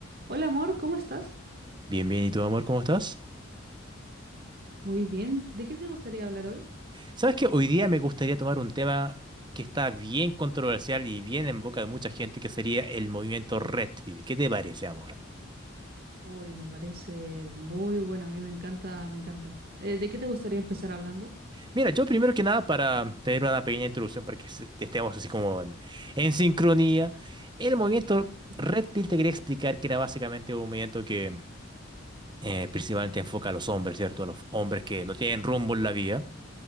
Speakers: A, on the right (about 50°); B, on the right (about 20°).
A: Hola amor, ¿cómo estás?
B: Bien, bien. ¿Y tu amor, cómo estás?
A: Muy bien. ¿De qué te gustaría hablar hoy?
B: Sabes que hoy día me gustaría tomar un tema que está bien controversial y bien en boca de mucha gente, que sería el movimiento Red Pill. ¿Qué te parece, amor?
A: Uy, me parece muy bueno. A mí me encanta, me encanta. Eh, ¿de qué te gustaría empezar hablando?
B: Mira, yo primero que nada, para tener una pequeña introducción, para que se- estemos así como en, en sincronía, el movimiento
A: Ujú.
B: Red Pill te quería explicar que era básicamente un movimiento que eh, principalmente enfoca a los hombres, ¿cierto? A los hombres que no tienen rumbo en la vida.